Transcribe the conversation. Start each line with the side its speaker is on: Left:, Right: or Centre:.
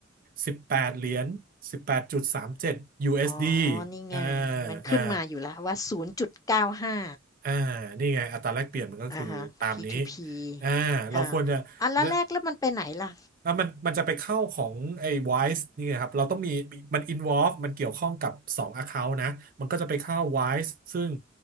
Right: 18เหรียญ18.37 USD
Left: อ๋อนี่ไง
Right: อสดีอ่า
Left: มันขึ้นมาอยู่แล้วว่า0.95
Right: อ่าอ่านี่ไงอัตราแลกเปลี่ยนมันก็คือตามนี้
Left: อะฮะ P2P
Right: อ่าเราควรจะและ
Left: อาอ่าแล้วแลกแล้วมันไปไหนล่ะ
Right: แล้วมันมันจะไปเข้าของไอ้ Wise นี่ไงครับเราต้องมีมัน involve มันเกี่ยวข้องกับ2 account นะมันก็จะไปเข้า Wise ซึ่ง